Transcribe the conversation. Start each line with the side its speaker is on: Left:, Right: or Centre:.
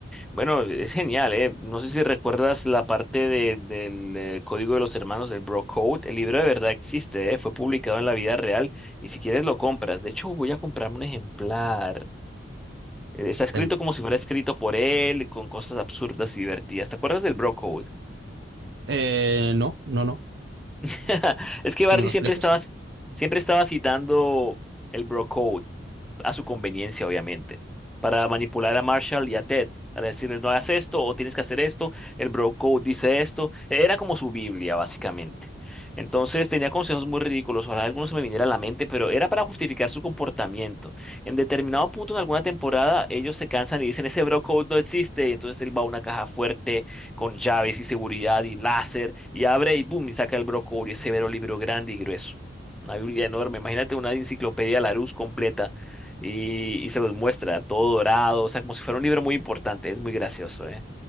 Centre: Bueno, es genial, ¿eh? No sé si recuerdas la parte de- del eh, Código de los Hermanos del Bro Code. El libro de verdad existe, ¿eh? Fue publicado en la vida real y si quieres lo compras. De hecho, voy a comprarme un ejemplar. Eh, Está escrito
Right: El,
Centre: como si fuera escrito por él, con cosas absurdas y divertidas. ¿Te acuerdas del Bro Code?
Right: eh, no, no, no.
Centre: <laughs> Es que
Right: Si
Centre: Barney
Right: me lo explicas.
Centre: siempre estaba, siempre estaba citando el Bro Code. a su conveniencia, obviamente, para manipular a Marshall y a Ted, para decirles no hagas esto o tienes que hacer esto, el bro code dice esto, era como su Biblia, básicamente. Entonces tenía consejos muy ridículos, ojalá algunos se me viniera a la mente, pero era para justificar su comportamiento. En determinado punto en alguna temporada, ellos se cansan y dicen, ese bro code no existe, y entonces él va a una caja fuerte con llaves y seguridad y láser, y abre y boom, y saca el bro code y ese vero libro grande y grueso. Una Biblia enorme, imagínate una enciclopedia Larousse completa y, y se los muestra todo dorado, o sea, como si fuera un libro muy importante, es muy gracioso, ¿eh?